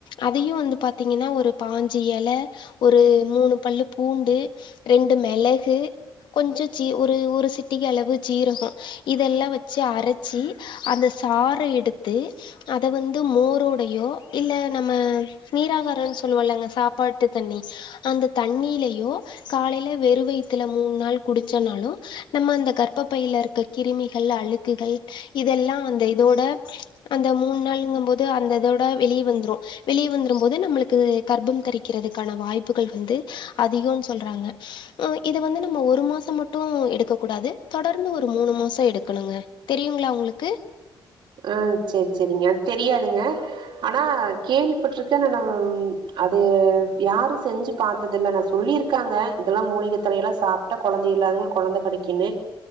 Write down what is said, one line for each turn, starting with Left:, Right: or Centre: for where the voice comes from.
Left: அதையும் வந்து பாத்தீங்கனா ஒரு பாஞ்சு எல ஒரு மூணு பல்லு பூண்டு ரெண்டு மெளகு கொஞ்சம் சி ஒரு ஒரு சிட்டிக அளவு ஜீரகம் இதெல்லா வச்சு அரச்சி அந்த சார எடுத்து அத வந்து மோரோடையோ இல்ல நம்ம நீராகாரன் சொல்லுவலங்க சாப்பாட்டு தண்ணி அந்த தண்ணிலயோ காலையில வெறு வய்த்துல மூணு நாள் குடிச்சனாலும் நம்ம அந்த கர்ப் ப்ப பைல இருக்க கிருமிகள் அழுக்குகள் இதெல்லா அந்த இதோட அந்த மூணு நாள்ங்கும்போது அந்த இதோட வெளியே வந்துரும் வெளிய வந்துரும் போது நம்மளுக்கு கர்ப்பம் தரிக்றதுக்கான வாய்ப்புகள் வந்து அதிகோம் சொல்றாங்க ம் இத வந்து நம்ம ஒரு மாசம் மட்டு எடுக்க கூடாது தொடர்ந்து ஒரு மூணு மாசம் எடுக்கணுங்க தெரியுங்களா உங்களுக்கு
Right: அ சேரி சேரிங்க தெரியாதுங்க ஆனா கேள்விப்பட்ருக்கேன் ஆனா அது யாரும் செஞ்சுப் பாத்ததுல்ல னா சொல்லிருக்காங்க இதெல்லா மூலிக தண்ணியெல்லா சாப்ட்டா கொழந்தை இல்லாதவங்ளுக்கு கொழந்த கெடைக்குனு